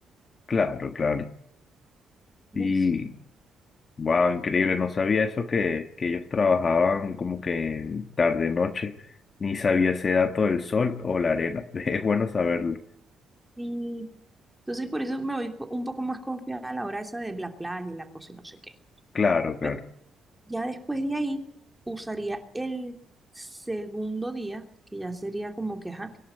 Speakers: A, on the left; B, in the centre.
A: Claro, claro.
B: ¿Ves?
A: Y, wow, increíble, no sabía eso que, que ellos trabajaban como que tarde noche, ni sabía ese dato del sol o la arena. <laughs> Es bueno saberlo.
B: Y entonces por eso me voy po- un poco más confiada a la hora esa de la playa y la cosa y no sé qué.
A: Claro,
B: ¿Ves?
A: claro.
B: Ya después de ahí, usaría el segundo día, que ya sería como que, ajá,